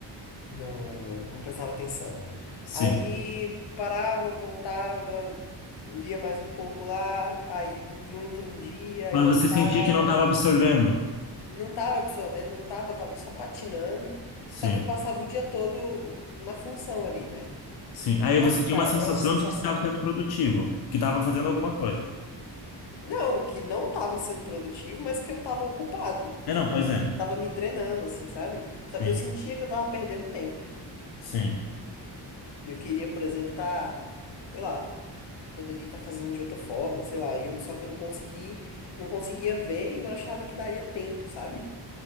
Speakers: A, on the left; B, on the left.
A: não, não prestava atenção.
B: sim.
A: Aí parava, voltava, lia mais um pouco lá, aí não entendia, aí
B: Mas
A: voltava.
B: você sentia que não estava absorvendo?
A: Não tava absorvendo, não tava, tava só patinando.
B: Sim,
A: Só que eu passava o dia todo na função ali, né?
B: sim. Aí
A: Nossa,
B: você tinha
A: cara,
B: uma sensação
A: é uma sensação
B: de que estava
A: muito
B: sendo produtivo,
A: ruim.
B: que estava fazendo alguma coisa.
A: Não, que não tava sendo produtivo, mas que eu tava ocupado.
B: É,
A: Tipo,
B: não, pois é.
A: tava me drenando, assim, sabe? Só
B: Sim,
A: eu sentia que eu tava perdendo tempo.
B: sim,
A: Eu queria, por exemplo, tá, sei lá, poderia estar fazendo de outra forma, sei lá. E eu, só que eu não consegui, não conseguia ver e não achava que daria tempo, sabe?